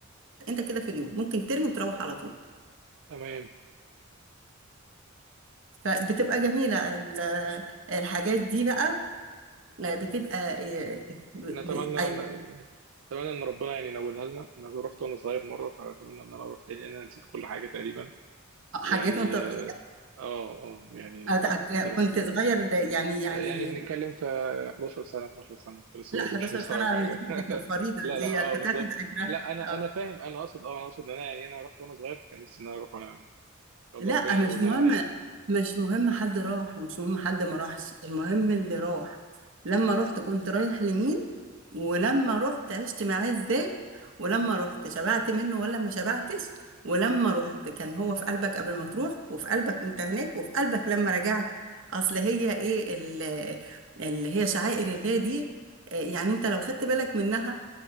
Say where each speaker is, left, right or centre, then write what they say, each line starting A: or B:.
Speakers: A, on the right; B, on the right.
A: انت كده في اليوم ممكن ترمي وتروح على طول
B: تمام
A: فبتبقى جميلة ال- الحاجات دي بقى بتبقى إيه، بت-
B: نتمنى
A: ب- أي
B: نتمنى ان ربنا يعني ينولها لنا انا رحت وانا صغير مره فاتمنى ان انا اروح تاني لان انا نسيت كل حاجه تقريبا
A: حاجات
B: ويعني
A: وانت صغير
B: اه اه يعني
A: أت-
B: كنت لسه
A: كنت صغير يعني يعني
B: آه، يعني بنتكلم في 11 سنه 12 سنه كنت لسه
A: لا
B: برضه
A: 11
B: مش مستوعب
A: سنة
B: حاجه
A: مش حاجة الفريضة
B: <laughs> لا
A: دي
B: لا اه
A: تتاخد
B: بالظبط
A: أجرها
B: لا انا
A: آه.
B: انا فاهم انا اقصد اه انا اقصد ان انا يعني انا رحت وانا صغير كان نفسي ان انا اروح وانا ان شاء
A: لا
B: الله ربنا
A: مش
B: ينولها
A: مهم
B: لنا يعني
A: مش مهم حد راح ومش مهم حد
B: مم.
A: ما راحش المهم اللي
B: مم.
A: راح لما رحت كنت رايح لمين ولما رحت عشت معاه ازاي ولما رحت شبعت منه ولا ما شبعتش ولما رحت كان هو في قلبك قبل ما تروح وفي قلبك وانت هناك وفي قلبك لما رجعت اصل هي ايه ال- اللي هي شعائر الله دي آه، يعني انت لو
B: مم.
A: خدت بالك منها